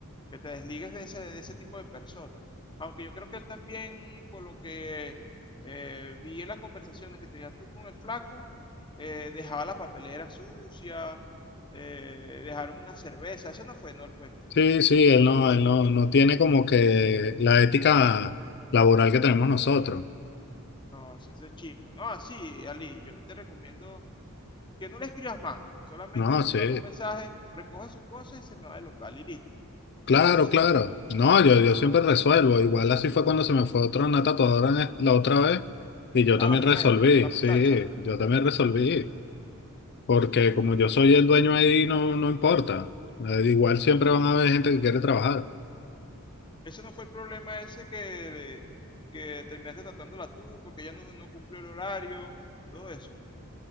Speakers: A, on the left; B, on the left.
A: que te desligues de ese, de ese tipo de personas. Aunque yo creo que él también, por lo que eh, vi en las conversaciones que tenías tú con el flaco, eh, dejaba la papelera sucia, eh, dejaron una cerveza, ese no fue, no, el cuento.
B: Sí, sí, él no, él no, no tiene como que la ética laboral que tenemos nosotros.
A: No, eso es chimbo. No, sí, Ali, yo te recomiendo que no le escribas más, solamente
B: No,
A: pongan
B: sí,
A: un mensaje, recoja sus cosas y se me va del local y listo.
B: claro,
A: Yo resuelvo.
B: claro. No, yo, yo siempre resuelvo. Igual así fue cuando se me fue otra una tatuadora en es- la otra vez y yo
A: A
B: también
A: la mujer,
B: resolví,
A: la muchacha,
B: sí, yo también resolví. Porque como yo soy el dueño ahí, no, no importa. Eh, Igual siempre van a haber gente que quiere trabajar.
A: Ese no fue el problema ese que, de- que terminaste tratándola tú porque ella no, no cumplió el horario, todo eso.